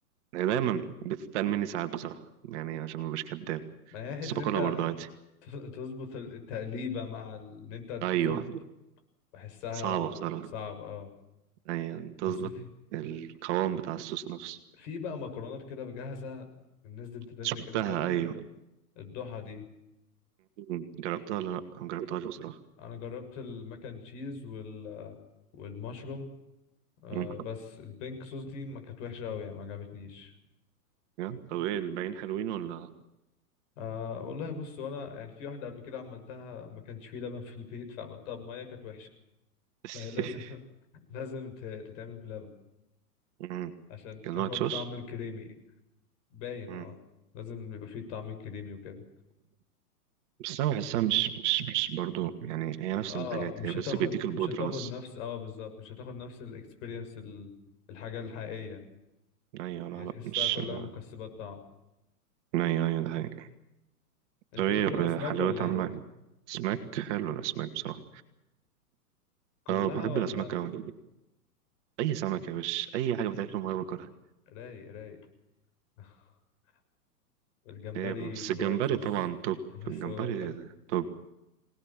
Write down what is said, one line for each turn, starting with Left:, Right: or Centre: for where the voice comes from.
Right: هي دايما بتتقل مني ساعات بصراحه يعني عشان ما بش كداب
Left: ما هي حته
Right: بس باكلها
Left: انت
Right: برضه عادي
Left: ت- تظبط التقليبه مع ال- ان انت
Right: ايوه
Left: تصب بحسها
Right: صعبه بصراحه
Left: صعب اه
Right: ايوه تظبط
Left: بس في,
Right: القوام بتاع الصوص نفسه
Left: في بقى مكرونات كده جاهزه نزلت ترند
Right: شفتها
Left: كده فتره
Right: ايوه
Left: الضحى دي
Right: مم. جربتها ولا لا ما جربتهاش بصراحه
Left: انا جربت الماك اند تشيز وال والمشروم آه
Right: مم.
Left: بس البينك صوص دي ما كانت وحشه قوي يعني ما عجبتنيش
Right: يا طب ايه الباقيين حلوين ولا
Left: آه والله بص وانا يعني في واحده قبل كده عملتها ما كانش فيه لبن في البيت فعملتها بميه كانت وحشه
Right: <laughs>
Left: فهي لازم <laughs> لازم ت- تتعمل بلبن
Right: مم.
Left: عشان
Right: كان
Left: تاخد
Right: وايت صوص
Left: طعم الكريمي باين
Right: مم.
Left: اه لازم يبقى فيه الطعم الكريمي وكده
Right: بس انا بحسها مش مش مش برضو يعني هي نفس
Left: اه
Right: الحاجات
Left: مش
Right: هي بس
Left: هتاخد
Right: بيديك البودرة
Left: مش هتاخد
Right: بس
Left: نفس اه بالظبط مش هتاخد نفس الاكسبيرينس الحاجه الحقيقيه
Right: ايوه لا
Left: هي تحسها
Right: لا مش
Left: كلها
Right: ايوه
Left: مكسبات طعم
Right: ايوه ده حقيقي
Left: انت
Right: طب ايه
Left: ليك في الاسماك
Right: بحلويات
Left: ولا ايه
Right: عاملة إيه؟ اسماك حلو الاسماك بصراحة
Left: كلها
Right: اه بحب
Left: ولا
Right: الاسماك اوي اي سمك يا باشا اي حاجة بتاكل ما باكلها
Left: رايق رايق <laughs> الجمبري
Right: هي بس
Left: بالوايت
Right: الجمبري
Left: صوص
Right: طبعا توب
Left: <laughs> بس
Right: الجمبري
Left: اقول لك
Right: توب